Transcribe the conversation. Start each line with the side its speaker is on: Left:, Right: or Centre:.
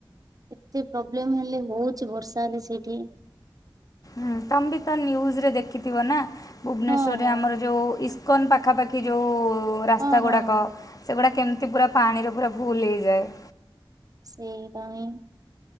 Right: ଏତେ ପ୍ରୋବ୍ଲେମ ହେଲେ ହଉଛି ବର୍ଷା ହେଲେ ସେଇଠି
Left: ହୁଁ ତମେ ତ ନ୍ୟୁଜ ରେ ଦେଖିଥିବ ନା ଭୁବନେଶ୍ଵରରେ
Right: ହଁ ହଁ
Left: ଆମର ଯୋଉ କନ ପାଖାପାଖି ଯଉ ରାସ୍ତା
Right: ହଁ ହଁ
Left: ଗୁଡ଼ାକ
Right: ହଁ।
Left: ସେଗୁଡା କେମିତି ପୁରା ପାଣିର ପୁରା ଫୁଲ ହେଇଯାଏ
Right: ସେଇଟାଇଁ